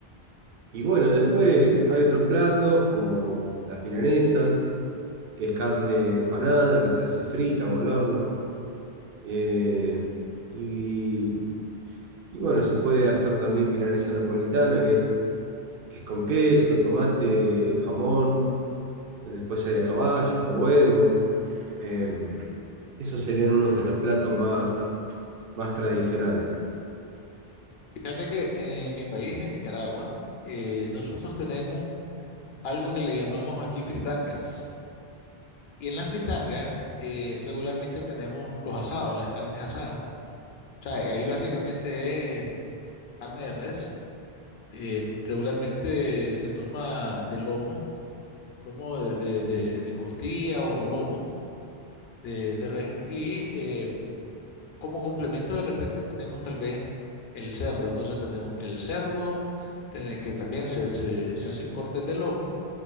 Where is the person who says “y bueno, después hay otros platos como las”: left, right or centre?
Right